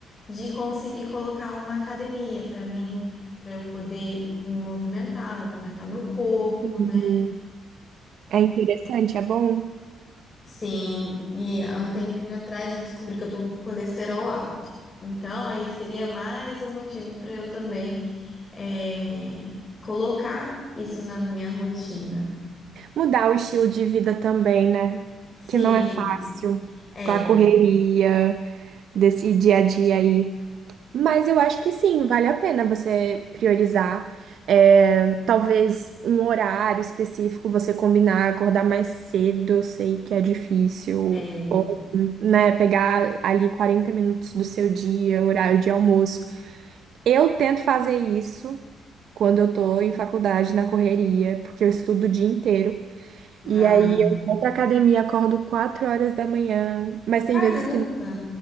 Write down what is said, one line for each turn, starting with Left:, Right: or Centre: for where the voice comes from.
Left: de conseguir colocar uma academia para mim, para eu poder me movimentar, movimentar meu corpo,
Right: Sim.
Left: né?
Right: É interessante, é bom.
Left: Sim, e há um tempinho atrás eu descobri que eu tô com colesterol alto. Então, aí seria mais um motivo para eu também eh, colocar isso na minha rotina.
Right: Mudar o estilo de vida também, né?
Left: Sim,
Right: Que não é fácil
Left: é,
Right: com a correria desse dia a dia aí. Mas eu acho que sim, vale a pena você priorizar. É, talvez um horário específico você combinar, acordar mais cedo, eu sei que é difícil.
Left: é.
Right: Ou, né, pegar ali 40 minutos do seu dia, horário de almoço. Eu tento fazer isso quando eu tô em faculdade, na correria, porque eu estudo o dia inteiro.
Left: Ah,
Right: E aí eu vou pra academia, acordo 4 horas da manhã, mas tem
Left: caramba!
Right: vezes que